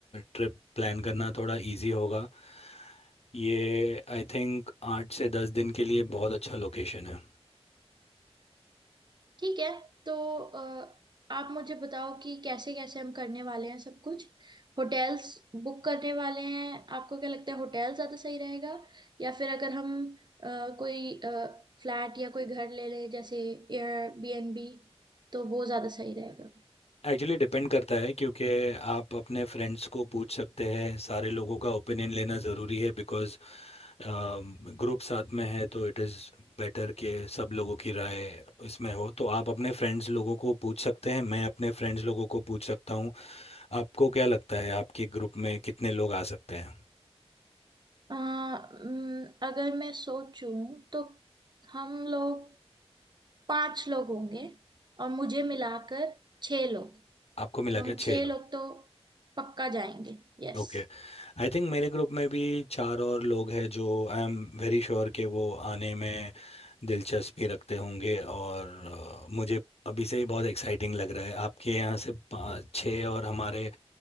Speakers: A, on the left; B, on the right.
A: ट्रिप प्लान करना थोड़ा इजी होगा ये आई थिंक आठ से दस दिन के लिए बहुत अच्छा लोकेशन है
B: ठीक है तो अ, आप मुझे बताओ कि कैसे कैसे हम करने वाले हैं सब कुछ होटल्स बुक करने वाले हैं आपको क्या लगता है होटल ज्यादा सही रहेगा या फिर अगर हम अ, कोई फ्लैट या कोई घर ले लें जैसे एयरबीएनबी तो वो ज्यादा सही रहेगा
A: एक्चुअली डिपेंड करता है क्योंकि आप अपने फ्रेंड्स को पूछ सकते हैं सारे लोगों का ओपिनियन लेना ज़रूरी है बिकॉज़ ग्रुप साथ में है तो इट इज़ बेटर कि सब लोगों की राय इसमें हो तो आप अपने फ्रेंड्स लोगों को पूछ सकते हैं मैं अपने फ्रेंड्स लोगों को पूछ सकता हूँ आपको क्या लगता है आपके ग्रुप में कितने लोग आ सकते हैं
B: अ, अम, अगर मैं सोचूं तो हम लोग पांच लोग होंगे और मुझे मिलाकर छह लोग
A: आपको मिला
B: तो हम
A: के
B: छह
A: छः लोग
B: लोग तो पक्का जाएंगे यस
A: Okay. आई थिंक मेरे ग्रुप में भी चार और लोग हैं जो आई एम वेरी श्योर कि वो आने में दिलचस्पी रखते होंगे और अ, मुझे अभी से ही बहुत एक्साइटिंग लग रहा है आपके यहाँ से पाँच छः और हमारे